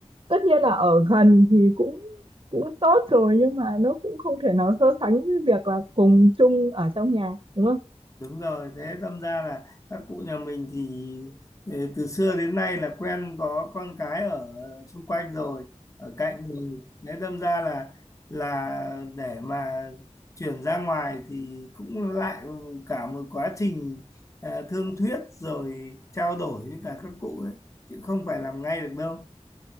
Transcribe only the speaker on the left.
Đúng rồi, thế đâm ra là các cụ nhà mình thì ờ, từ xưa đến nay là quen có con cái ở xung quanh rồi, ở cạnh rồi. Thế đâm ra là là để mà chuyển ra ngoài thì cũng lại cả một quá trình ờ, thương thuyết rồi trao đổi với cả các cụ ấy, chứ không phải làm ngay được đâu.